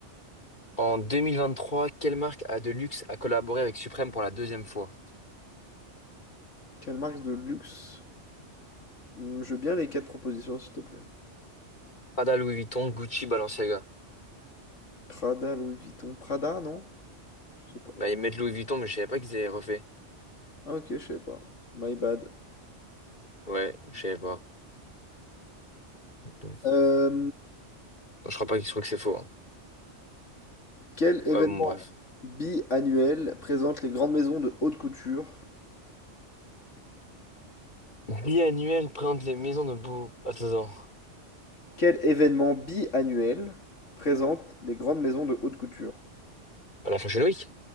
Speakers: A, on the left (about 40°); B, on the left (about 85°).
A: En 2023, quelle marque à de luxe a collaboré avec Supreme pour la deuxième fois?
B: Quelle marque de luxe? Hmm, Je veux bien les quatre propositions, s'il te plaît.
A: Prada, Louis Vuitton, Gucci, Balenciaga.
B: Prada, Louis Vuitton, Prada, non? Je sais pas.
A: Bah, ils mettent Louis Vuitton, mais je savais pas qu'ils avaient refait.
B: Ah ok, je savais pas. My bad.
A: Ouais, je savais pas. Non,
B: Euh,
A: je crois pas qu'ils trouvent que c'est faux. hein.
B: quel
A: Ouais,
B: événement
A: bon, bref.
B: biannuel présente les grandes maisons de haute couture
A: Biannuel présente les maisons de beau. Attends, attends.
B: Quel événement biannuel présente les grandes maisons de haute couture?
A: À la Fashion Week?